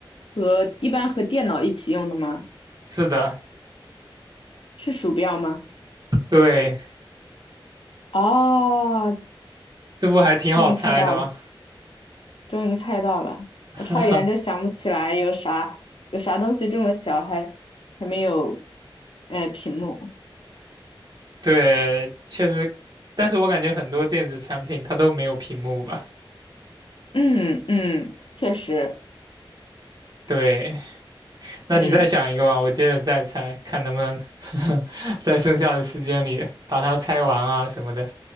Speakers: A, on the left (about 75°); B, on the right (about 50°).
A: 和一般和电脑一起用的吗？
B: 是的，
A: 是鼠标吗？
B: 对，
A: 哦，
B: 这不还挺好猜的吗？
A: 终于猜到了，终于猜到了，
B: <laughs>
A: 我差一点就想不起来有啥有啥东西这么小还还没有呃屏幕。
B: 对，确实，但是我感觉很多电子产品它都没有屏幕吧？
A: 嗯嗯，确实，
B: 对，那你再想一个吧，
A: 嗯
B: 我接着再猜，看能不能 <laughs> 在剩下的时间里把它猜完啊什么的。